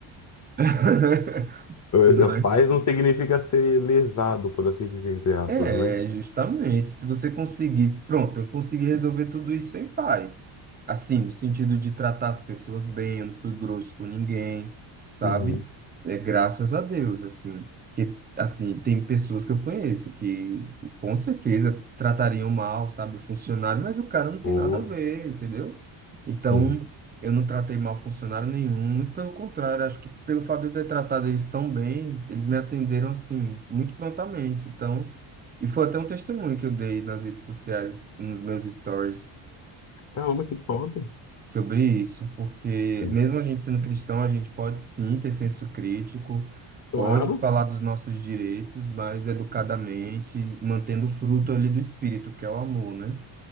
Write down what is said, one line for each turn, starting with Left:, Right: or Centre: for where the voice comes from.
Right: <laughs>
Left: Eh,
Right: Não
Left: Paz não significa ser lesado, por assim dizer, entre aspas,
Right: É,
Left: né?
Right: justamente. Se você conseguir, pronto, eu consegui resolver tudo isso em paz. Assim, no sentido de tratar as pessoas bem, eu não fui grosso com ninguém, sabe?
Left: Uhum.
Right: É, graças a Deus, assim. Porque, assim, tem pessoas que eu conheço que com certeza tratariam mal, sabe, o funcionário, mas o cara não tem
Left: Oh,
Right: nada a ver, entendeu? Então,
Left: sim.
Right: eu não tratei mal funcionário nenhum, muito pelo contrário, acho que pelo fato de eu ter tratado eles tão bem, eles me atenderam, assim, muito prontamente. Então. E foi até um testemunho que eu dei nas redes sociais, nos meus stories,
Left: Caramba, que top.
Right: sobre isso, porque
Left: Sim.
Right: mesmo a gente sendo cristão, a gente pode sim ter senso crítico,
Left: Claro.
Right: pode falar dos nossos direitos, mas educadamente, mantendo o fruto ali do espírito, que é o amor, né?